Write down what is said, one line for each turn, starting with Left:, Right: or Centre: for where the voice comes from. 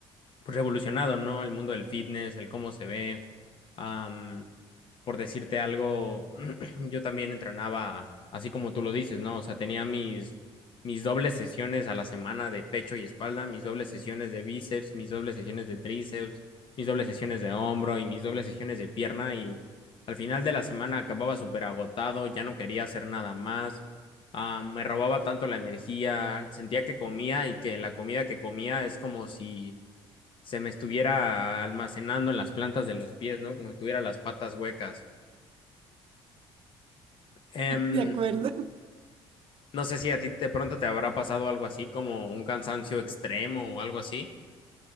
Left: pues, revolucionado, ¿no? El mundo del fitness, el cómo se ve. Am, por decirte algo, <clears throat> yo también entrenaba, así como tú lo dices, ¿no? O sea, tenía mis, mis dobles sesiones a la semana de pecho y espalda, mis dobles sesiones de bíceps, mis dobles sesiones de tríceps, mis dobles sesiones de hombro y mis dobles sesiones de pierna y al final de la semana acababa súper agotado, ya no quería hacer nada más. Ah, me robaba tanto la energía, sentía que comía y que la comida que comía es como si se me estuviera almacenando en las plantas de los pies, ¿no? Como si tuviera las patas huecas. Em,
Right: ¿De acuerdo? <laughs>
Left: no sé si a ti de pronto te habrá pasado algo así, como un cansancio extremo o algo así.